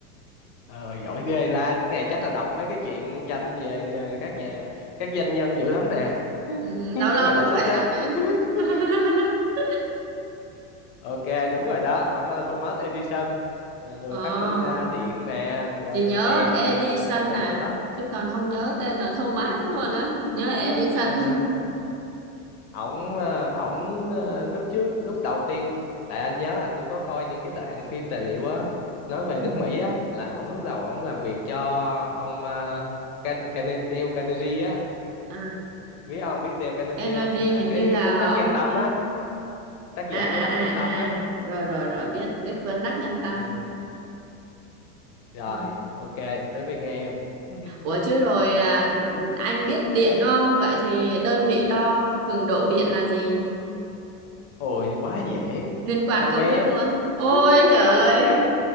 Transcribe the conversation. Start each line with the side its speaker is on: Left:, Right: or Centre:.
Left: Ờ, giỏi ghê ra cái này chắc là đọc mấy cái chuyện tranh về ờ, các nhà các doanh nhân dữ lắm nè <laughs>
Right: ừ, lâu lâu
Left: nhưng mà giải
Right: cũng
Left: sách
Right: phải
Left: đó
Right: đọc chứ <laughs>
Left: <laughs> ok đúng rồi đó ông là Thomas Edison là người
Right: ờ
Left: phát minh ra điện nè rồi
Right: chị nhớ
Left: ờ, đèn
Right: Edison
Left: nè mấy bóng đèn
Right: à
Left: vậy đó
Right: chứ còn không nhớ tên là Thomas
Left: <laughs>
Right: luôn á nhớ Edison
Left: Ờ,
Right: <laughs>
Left: ổng ờ, ổng ờ, lúc trước lúc đầu tiên tại anh nhớ anh cũng có coi những cái đoạn phim tài liệu á nói về
Right: Ừ.
Left: nước Mỹ á là ổng lúc đầu ổng làm việc cho ông uh, Can, Can, Dale Carnegie á
Right: à,
Left: biết không biết Dale Carnegie
Right: Kennedy
Left: không Ha,
Right: hình
Left: cái,
Right: như là
Left: cái cuốn Đắc
Right: ông
Left: Nhân Tâm
Right: ờ,
Left: á tác
Right: à
Left: giả
Right: à
Left: của Đắc
Right: à
Left: Nhân Tâm
Right: à
Left: á
Right: rồi rồi rồi biết biết cuốn Đắc Nhân Tâm
Left: Ờ, rồi
Right: ừ.
Left: ok tới phiên em <laughs>
Right: Ủa chứ rồi à, anh biết điện đúng không? Vậy thì đơn vị đo cường độ điện là gì?
Left: ôi quá dễ
Right: liên quan
Left: Am
Right: câu
Left: bé
Right: trước luôn ôi
Left: <laughs>
Right: trời
Left: ừ
Right: ơi
Left: am